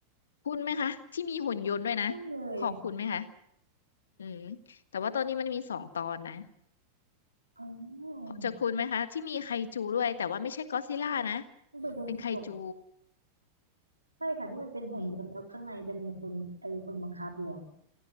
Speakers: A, on the left; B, on the right.
A: คุณไหมคะที่มีหุ่นยนต์ด้วยนะพอคุณไหมคะ
B: ต้องเลย
A: อืมแต่ว่าตอนนี้มันมีสองตอนนะ
B: อ๋อ
A: พอจะคุณไหมคะที่มีไคจูด้วยแต่ว่าไม่ใช่ก็อดซิลล่านะ
B: ต้องไปดูให้จบ
A: เป็นไคจู
B: ใช่ค่ะที่มันเป็นหุ่นยนต์แล้วข้างในจะมีคนไอ้คนบังคับอยู่อะ
A: อืม